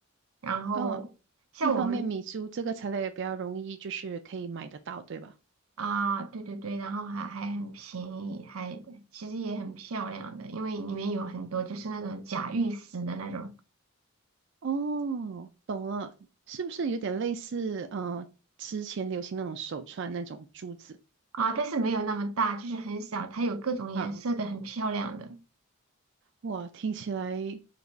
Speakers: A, on the right (about 85°); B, on the right (about 55°).
A: 然后像我们
B: 哦，一方面米珠这个材料也比较容易，就是可以买得到，对吧？
A: 啊，对对对，然后还还很便宜，还其实也很漂亮的，因为里面有很多就是那种假玉石的那种
B: 哦，懂了，是不是有点类似呃之前流行那种手串那种珠子
A: 啊，但是没有那么大，就是很小，它有各种颜色的，
B: 啊？
A: 很漂亮的。
B: 哇，听起来